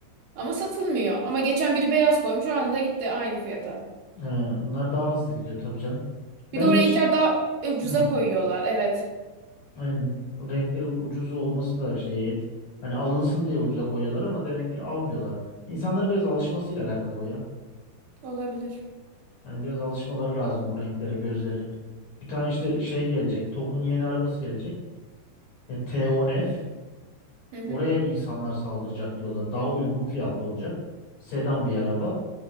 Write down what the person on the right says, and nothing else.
ama satılmıyor. Ama geçen biri beyaz koymuş anında gitti aynı fiyata.
Bir de
o renkler daha ucuza
koyuyorlar evet
olabilir.
Hı hı.